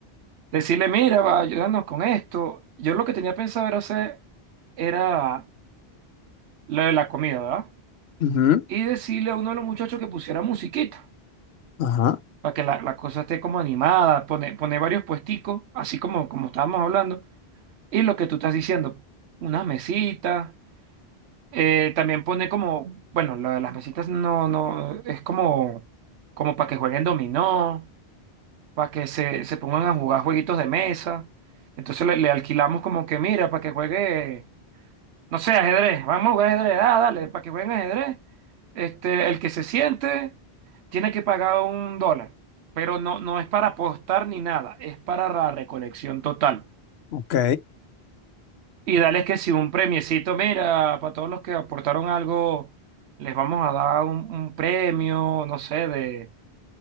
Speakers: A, on the right; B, on the left.
A: Decirle, mira, va, ayúdanos con esto. Yo lo que tenía pensado era hacer, era lo de la comida, ¿verdad?
B: Ujú,
A: Y decirle a uno de los muchachos que pusiera musiquita,
B: Ajá,
A: para que la, la cosa esté como animada, poner, poner varios puesticos, así como, como estábamos hablando Y lo que tú estás diciendo, una mesita. eh, también pone como, bueno, lo de las mesitas no, no, es como, como para que jueguen dominó, para que se, se pongan a jugar jueguitos de mesa. Entonces le, le alquilamos como que, mira, para que juegue, no sé, ajedrez, vamos a jugar ajedrez, ah, dale, para que jueguen ajedrez. Este, el que se siente tiene que pagar un dólar, pero no, no es para apostar ni nada, es para la recolección total.
B: ok,
A: Y dales que si un premiecito, mira, para todos los que aportaron algo, les vamos a dar un, un premio, no sé, de